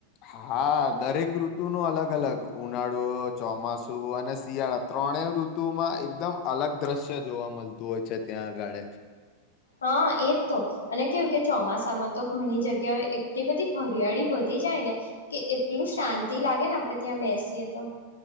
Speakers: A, on the left; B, on the left.
A: હા. દરેક ઋતુ નું અલગ અલગ ઉનાળો ચોમાસુ અને શિયાળા ત્રણે ઋતુમાં. એકદમ અલગ દ્રશ્ય જોવા મળતું હોય છે. ત્યાં આગળ
B: હા એજ તો અને કેવું કે ચોમાસામાં તો ઘણી જગ્યાઓ એટલી બધી હરિયાળી બધી. જાય ને કે એટલું શાંતિ લાગે ને આપડે ત્યાં બેસીએ તો.